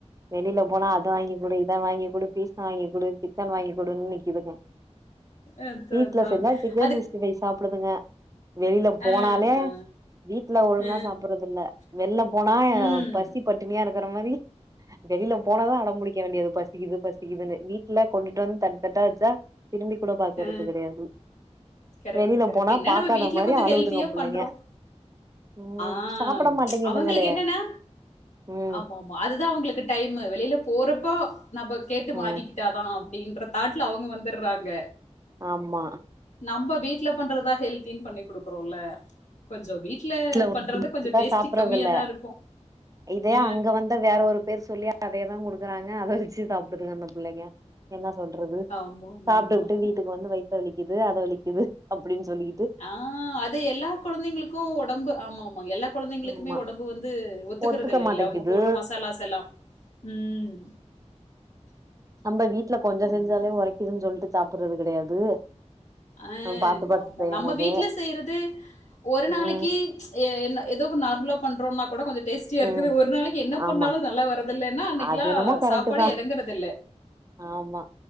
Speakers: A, on the right; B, on the left.
A: வெளில போனா அத வாங்கி குடு இத வாங்கி குடு பீஸா வாங்கி குடு சிக்கன் வாங்கி குடுன் நிக்குதுங்க
B: அதான்
A: வீட்ல
B: அதான்.
A: செஞ்சா சிக்கன்
B: அது
A: சிக்ஸ்டிஃபை சாப்டுதுங்க வெளில போனாலே
B: ஆ, ஆ,
A: வீட்ல ஒழுங்கா
B: ஆ.
A: சாப்பறதில்ல வெள்ல போனா எ
B: ம்.
A: பசி பட்டினியா இருக்குற மாரி வெளில போனாதா அடம்புடிக்க வேண்டியது பசிக்குது பசிக்குதுன்னு வீட்ல கொண்டுட்டு வந் தட்தட்டா வச்சா திரும்பி கூட பாக்கறது
B: ஆ.
A: கெடையாது
B: கரெக்ட்,
A: வெளில
B: கரெக்ட்.
A: போனா
B: என்ன
A: பாக்காத
B: நம்ம வீட்ல
A: மாரி
B: கொஞ்சம்
A: அழுகுதுங்க
B: ஹெல்த்தியா
A: புள்ளைங்க
B: பண்றோம்.
A: ம்
B: ஆ
A: சாப்பட மாட்டேங்குதுங்களே
B: அவங்களுக்கு என்னனா
A: ம்
B: ஆமாம் மா அதுதா அவுங்களுக்கு டைமு வெளில போறப்போ நம்ப கேட்டு
A: ம்
B: வாங்கிகிட் டாதா அப்டின்ற தாட்ல அவுங்க வந்துர்றாங்க
A: ஆமா
B: நம்ப வீட்ல பண்றதா ஹெல்தின் பண்ணி குடுக்குறோல கொஞ்சோ வீட்ல
A: ட்ல ஒன்னு
B: பண்றது
A: குடுத்தா
B: கொஞ்சம் டேஸ்டி
A: சாப்றதுல்ல
B: கம்மியா தான் இருக்கும்.
A: இதைய
B: அ.
A: அங்க வந்தா வேற ஒரு பேர் சொல்லியா அதயேதா குடுக்குறாங்க அத வச்சு சாப்டுதுங்க அந்த புள்ளைங்க என்ன சொல்றது
B: ஆமா, ஆமா,
A: சாப்ட்டுகிட்டு
B: ஆமா.
A: வீ ட்டுக்கு வந்து வைத்த வலிக்குது அது வலிக்குது அப்டின் சொல்லி
B: ஆ அது எல்லா கொழந்தைங்ளுக்கு ஒடம்பு ஆமாம்மா எல்லா கொழந்தைங்ளுக்குமே
A: ஆமா
B: ஒடம்பு வந்து ஒத்துக்கறதில்லேல
A: ஒத்துக்க மாட்டேங்குது
B: அவுங்க போட்ற மசாலாஸ் எல்லா ம்
A: நம்ப வீட்ல கொஞ்சோ
B: ஆமாமா.
A: செஞ்சாலே ஒரைக்குதுன் சொல்ட்டு சாப்புறது கெடையாது
B: அ
A: நம்ம பாத்து பாத்து
B: ஆமா
A: செய்யும்
B: நம்ம
A: போதே
B: வீட்ல செய்றது ஒரு நாளைக்கு
A: ம்
B: எ என்ன எதோ கொன் நார்ம்லா பண்றோனா கூட கொஞ்ச டேஸ்டியா இருக்குது
A: ம்
B: ஒரு நாளைக்கு என்ன பண்ணாலு
A: ஆமா
B: நல்லா வரதில்லனா அன்னைக்லா
A: அது என்னமோ கரெக்ட்
B: சாப்பாடே
A: தா
B: எறங்கறதில்ல
A: ஆமா